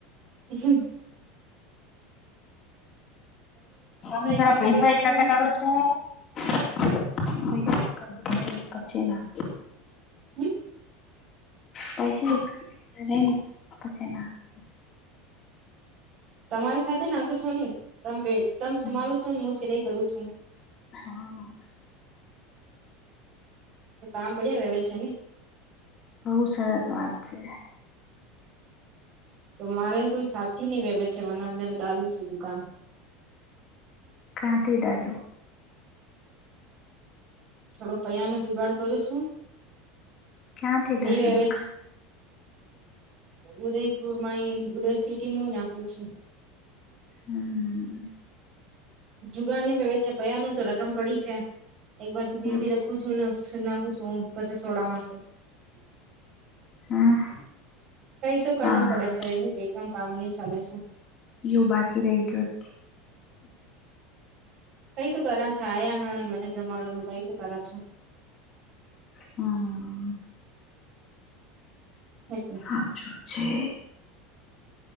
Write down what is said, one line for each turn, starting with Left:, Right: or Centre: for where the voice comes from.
Right: <unintelligible>
Left: તમે થોડા
Right: એકઠા
Left: પૈસા
Right: કરો
Left: એકઠા
Right: છો
Left: કરો છો? પૈસાઈ કદું ખાઇ ના કરચેના
Right: <unintelligible>
Left: પૈસા એકઠઠા કરાયને પછી નાખશું
Right: તમારે સાથે નાખું છોને, તમે બે તમ સભળો
Left: હમ
Right: છો, ને હું સિલાઈ કરું છું.
Left: હા
Right: તો કામ બડિયા વેવે છે ને.
Left: બઉુ સરસ વાત છે.
Right: તો મારે કોઈ સાથી નહી વેવે જવાના, મેં તો ડાલુ શું દુકાન.
Left: ક્યાં થી ડાલો.
Right: થોડો પૈયા નો જુગાડ કરું છું,
Left: ક્યાંથી ડાલો
Right: હી એવેજ
Left: દુકાન
Right: ઉદયપુર માંઈ ઉદય સિટી હું નાખું છું.
Left: હમ્મ
Right: જુગાડની વેવે છેે, પયા નુ તો રકમ પડી છે. એક વાર તું ગીરવી
Left: હમ
Right: રાખું છું, ને નાખું છું હું પસે સોડાવા સે.
Left: હમ,
Right: કઈ તો કરવું
Left: હા
Right: પડે શે, યુહી બેઠવામા કામ ની ચાલે છે.
Left: યો બાકી રહી ગયો.
Right: કઈ તું કરા છે, આયા હા મને જમાવાનું કઈ તું કરા છો.
Left: હમ્મ
Right: <unintelligible>
Left: આછું છે.